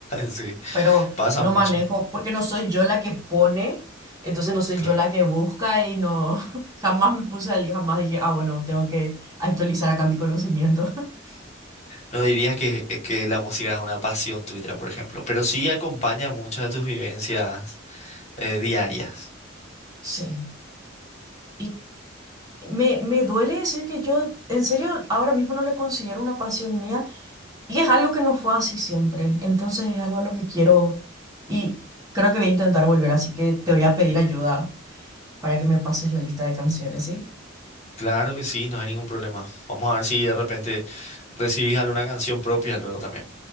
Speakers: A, on the left; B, on the right.
A: Sí,
B: pero
A: pasa
B: no
A: mucho.
B: manejo, porque no soy yo la que pone, entonces no soy
A: Claro.
B: yo la que busca y no, <laughs> jamás me puse al día, jamás dije, ah, bueno, tengo que actualizar acá mi conocimiento. <laughs>
A: No dirías que, es que la música es una pasión tuya, por ejemplo, pero sí acompaña muchas de tus vivencias eh, diarias.
B: Sí, y me, me duele decir que yo, en serio, ahora mismo no le considero una pasión mía y es algo que no fue así siempre, entonces es algo a lo que quiero y creo que voy a intentar volver, así que te voy a pedir ayuda para que me pases la lista de canciones, ¿sí?
A: Claro que sí, no hay ningún problema. Vamos a ver si de repente recibís alguna canción propia luego también.